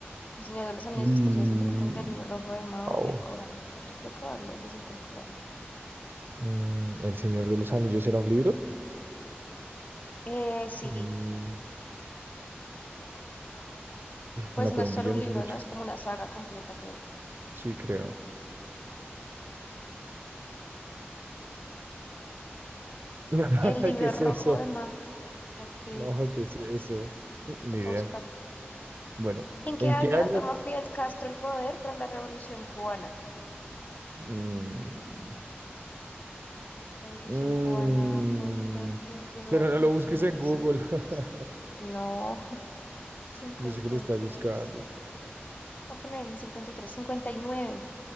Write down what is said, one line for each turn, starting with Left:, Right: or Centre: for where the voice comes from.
Left: El Señor de los Anillos,
Right: Mm,
Left: Historia de el Libro Rojo de Mao,
Right: au.
Left: El Corán. Yo creo que vale decir que el Corán.
Right: Mm, ¿El Señor de los Anillos era un libro?
Left: Eh, sí,
Right: Mm,
Left: pues
Right: no,
Left: no
Right: pero
Left: es
Right: un
Left: solo
Right: billón
Left: un libro,
Right: es mucho.
Left: ¿no? Es como una saga completa, creo.
Right: Sí, creo. <laughs>
Left: El Libro
Right: ¿Qué es
Left: Rojo
Right: eso?
Left: de Mao. Ok,
Right: No, ¿qué es eso? Mm, Ni
Left: toca
Right: idea.
Left: buscar.
Right: Bueno.
Left: ¿En qué
Right: ¿En
Left: año
Right: qué año
Left: toma Fidel Castro el poder tras la Revolución Cubana?
Right: Mm,
Left: La Revolución
Right: mm,
Left: Cubana fue, creo que, yo lo
Right: pero
Left: voy a poner
Right: no lo busques
Left: como en
Right: en Google.
Left: cincuenta
Right: <laughs>
Left: No, cincuenta
Right: Yo sé que lo estás
Left: y tres
Right: buscando.
Left: Voy a poner en cincuenta y tres, cincuenta y nueve